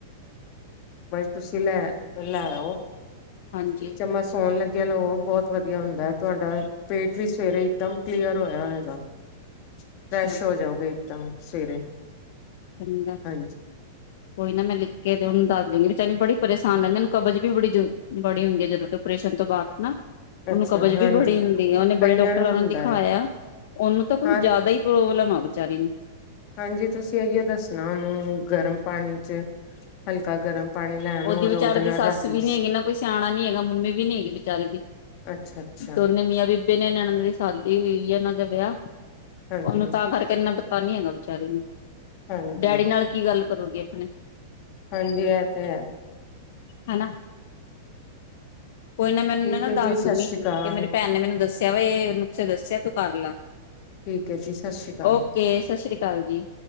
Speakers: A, on the left; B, on the left.
A: ਤੁਸੀਸੀ ਲ ਲ ਲ ਉਹਓ
B: ਹਾਂਜੀ
A: ਇੱਕ ਚਮਚ ਸੋਣ ਲੱ ਲੋ ਬਹੁਤ ਵਧੀਆ ਹੁੰਦਾ ਹੈ ਤੁਹਾਡਾ ਪੇਟ ਵੀ ਸਵੇਰੇ ਇਕਦਮ ਕਲੀਅਰ ਹੋਇਆ ਹੈਗਾ ਫਰੈਸ਼
B: ਅੱਛਾ
A: ਹੋ ਜਾਓਗੇ ਇੱਕਦਮ ਸਰੇ
B: ਚੰਗਾ
A: ਹਾਂ
B: ਕੋਈ ਨਾ ਮੈਂ ਲਿਖ ਕੇ ਤੇ ਉਹਨੂੰ ਦੱਸ ਦੂਗੀ ਵੀਨੂੰ ਬੜੀ ਪਰੇਸ਼ਾਨ ਲੈਂਿੰਦੀਨੂੰ ਕਬਜ਼ ਵੀ ਬੜੀ ਬੜੀ ਹੁੰਦੀ ਹੈ ਜਦੋਂ ਤੋਂ ਓਪਰੇਸ਼ਨ ਤੋਂ ਬਾਅਦ ਨਾ ਉਹਨੂੰ
A: ਅੱਛਾ
B: ਕਬਜ਼
A: ਹਾਂਜੀ
B: ਵੀ ਬੜੀ ਹੁੰਦੀ ਆ ਉਹਨੇ
A: ਕਈਆਂ
B: ਬੜੇ ਡਾਕਟਰਾਂ
A: ਹੁੰਦਾ
B: ਨੂੰ ਦਿਖਾਇਆ
A: ਹੈ
B: ਉਹਨੂੰ ਤਾਂ ਕੁਝ
A: ਹਾਂ
B: ਜ਼ਿਆਦਾ ਹੀ ਪ੍ਰੋਬਲਮ ਆ ਬਾਰੀ ਨੂੰ
A: ਹਾਂਜੀ ਤੁਸੀਂ ਇਹੀਓ ਦੱਸਣਾ ਉਹਨੂੰ ਗਰਮ ਪਾਣੀ ਚ ਹਲਕਾ ਗਰਮ ਪਾਣੀ ਲੈਣ
B: ਉਹਦੀ
A: ਔਰ
B: ਵਿਚਾਰੇ
A: ਉਹਦੇ
B: ਦੀ
A: ਨਾਲ
B: ਸੱਸ
A: ਰਾਤੀ
B: ਵੀ ਨੀ ਹੈਗੀ ਨਾ ਕੋਈ ਸਿਆਣਾ ਨੀ ਹੈਗਾ ਮੰਮੀ ਵੀ ਨੀ ਹੈਗੀ ਵਿਚਾਰੇ ਦੀ
A: ਅੱਛਾ ਅੱਛਾ
B: ਤੇ ਉਹਨੇ ਮੀਆਂ ਵੀ ਬਿ ਨੇ ਨਣਦ ਦੀ ਸ਼ਾਦੀ ਹੋਈ ਹੈ ਉਹਨਾਂ ਦੇ ਵਿਆਹ
A: ਹਾਂਜੀ
B: ਉਹਨੂੰ ਤਾਂ ਕਰਕੇਨਾ ਪਤਾ ਨੀ ਹੈਗਾ ਵਿਚਾਰੇ ਨੂੰ
A: ਹਾਂਜੀ
B: ਡੈਡੀ ਨਾਲ ਕੀ ਗੱਲ ਕਰੋਗੇ ਆਪਣੇ
A: ਹਾਂਜੀ ਇਹ ਤੇ ਹੈ
B: ਹਨਾ ਕੋਈ ਨਾ ਮੈਨੂੰ
A: ਠੀਕ
B: ਨਾ
A: ਹੈ
B: ਦੱਸ
A: ਜੀ ਸਤਿ
B: ਦੂਗੀ
A: ਸ੍ਰੀ ਅਕਾਲ
B: ਕਿ ਮੇਰੀ ਭੈਣ ਨੇ ਮੈਨੂੰ ਦੱਸਿਆ ਵਾ ਇਹ ਨੁਸੇ ਦੱਸਿਆ ਤੂੰ ਕਰ ਲਾ
A: ਠੀਕ ਹੈ ਜੀ ਸਤਿ ਸ੍ਰੀ ਅਕਾਲ
B: ਓਕੇ ਸਤਿ ਸ੍ਰੀ ਅਕਾਲ ਜੀ